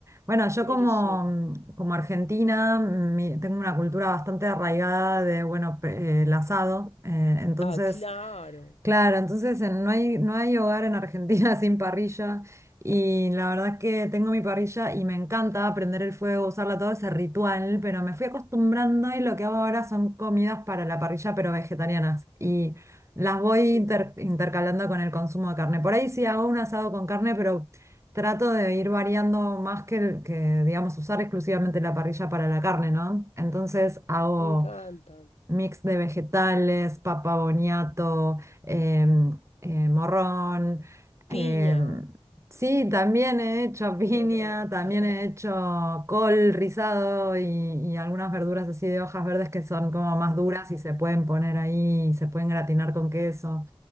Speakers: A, on the right; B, on the left.
A: Bueno, yo
B: pero
A: como,
B: sí.
A: mm, como argentina mm, mi- tengo una cultura bastante arraigada de, bueno, pre- eh, el asado. eh, entonces,
B: Ah, claro.
A: claro, entonces en- no hay, no hay hogar en Argentina <laughs> sin parrilla. Y la verdad es que tengo mi parrilla y me encanta prender el fuego, usarla todo ese ritual, pero me fui acostumbrando y lo que hago ahora son comidas para la parrilla, pero vegetarianas. Y las voy
B: Qué
A: inter-
B: bueno.
A: intercalando con el consumo de carne. Por ahí sí hago un asado con carne, pero Trato de ir variando más que, el- que, digamos, usar exclusivamente la parrilla para la carne, ¿no? Entonces hago
B: Me encanta.
A: mix de vegetales, papa boniato, em, eh, morrón. em,
B: Piña.
A: sí, también he hecho piña,
B: <laughs>
A: también he hecho col rizado y, y algunas verduras así de hojas verdes que son como más
B: Sí,
A: duras y se pueden poner ahí, se pueden gratinar con queso